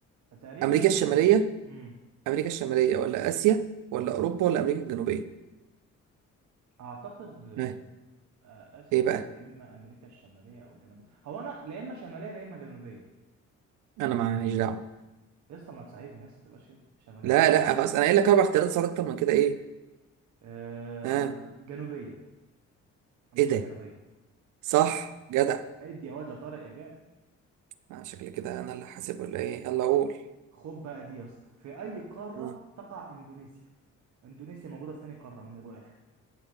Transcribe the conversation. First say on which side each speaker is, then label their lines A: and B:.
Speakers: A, on the right; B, on the right.
A: تقريبا
B: امريكا الشماليه
A: امم
B: امريكا الشماليه ولا اسيا ولا
A: امم
B: اوروبا ولا امريكا الجنوبيه
A: اعتقد
B: ها
A: آه، اسيا
B: ايه بقى
A: يا اما امريكا الشماليه او الجنوبيه هو انا لا اما شماليه لا اما جنوبيه
B: انا ماليش دعوه
A: يا اسطى ما تساعدني يا اسطى تبقاش كده شماليه
B: لا
A: ولا
B: لا خلاص انا قايل لك اربع اختيارات صارت اكتر من كده ايه
A: آه
B: ها
A: جنوبيه امريكا
B: ايه ده
A: الجنوبيه
B: صح جدع
A: يعني ادي يا واد يا طارق يا جامد
B: آه، شكلي كده انا اللي حاسب ولا ايه يلا قول
A: خد بقى دي يا اسطى في اي قاره
B: آه.
A: تقع اندونيسيا اندونيسيا موجوده في اي قاره من ابو اخر